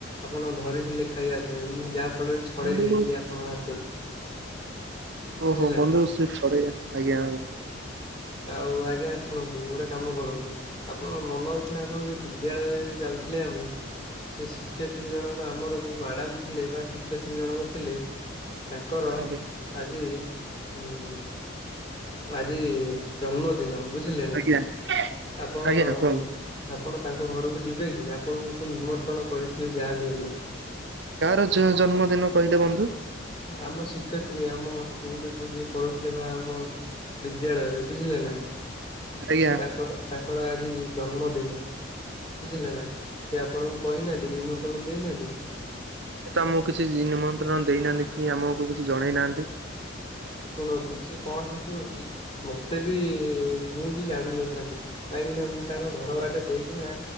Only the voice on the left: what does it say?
ଆପଣ ଧରିଥିଲେ ଖାଇବା ପାଇଁ ମୁଁ ଯାହା ଫଳରେ ଛଡେଇ
ଦେଇଥିଲି ଆପଣଙ୍କ ହାତରୁ ବୁଝିଲେ
ନା
ଆଉ ଆଜ୍ଞା ଶୁଣନ୍ତୁ ଗୋଟେ କାମ କରନ୍ତୁ ଆପଣ ମନ ଅଛି ନା ଆପଣ ଯୋଉ ବିଦ୍ୟାଳୟ ଯାଉଥିଲେ ଆମେ ସେ ଶିକ୍ଷୟତ୍ରୀ ଜଣକ ଆମର ଯୋଉ ମାଡାମ ଥିଲେ ବା ଶିକ୍ଷୟତ୍ରୀ ଜଣକ ଥିଲେ ତାଙ୍କର
ଆଜି ଉମ୍ ଆଜି ଜନ୍ମଦିନ ବୁଝିଲେ ନା
ଆପଣ
ଆପଣ ତାଙ୍କ ଘରକୁ ଯିବେ କି? ଆପଣଙ୍କୁ ସେ ନିମ କରିଥିବେ ଯାହା ବି ହେଲେ।
ଆମ ଶି--ୟତ୍ରୀ ଆମ ସ୍କୁଲ୍ ରେ ଯିଏ ପଢ଼ଉ ଥିଲେ। ଆମ ବିଦ୍ୟାଳୟରେ ବୁଝିଲେ ନା।
ତାଙ୍କର ତାଙ୍କର ଆଜି ଜନ୍ମଦିନ ବୁଝିଲେ ନା। ସେ ଆପଣଙ୍କୁ କହିନାହାନ୍ତି, ନିମ ଦେଇନାହାନ୍ତି କି?
ଶୁଣନ୍ତୁ, ସିଏ କ'ଣ ହେଇଥିବ କି? ମତେ ବି ମୁଁ ବି ଜାଣିନଥାନ୍ତି, କାହିଁକି ନା ମୁଁ ତାଙ୍କ ଘର ବାଟେ ଦେଇ